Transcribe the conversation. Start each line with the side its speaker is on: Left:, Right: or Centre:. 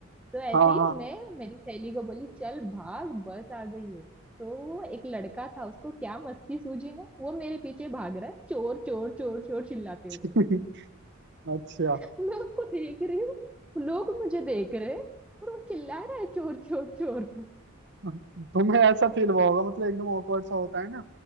Centre: तो ऐसे
Right: हाँ
Centre: ही
Right: हाँ
Centre: मैं मेरी सहेली को बोली चल भाग बस आ गई है तो वो एक लड़का था उसको क्या मस्ती सूझी ना वो मेरे पीछे भाग रहा है चोर चोर चोर चोर चिल्लाते हुए
Right: <laughs> अच्छा
Centre: <laughs> मैं उसको देख रही हूँ लोग मुझे देख रहे हैं और वो चिल्ला रहा है चोर चोर चोर
Right: तुम्हें ऐसा फील हुआ होगा मतलब एकदम awkward सा होता है ना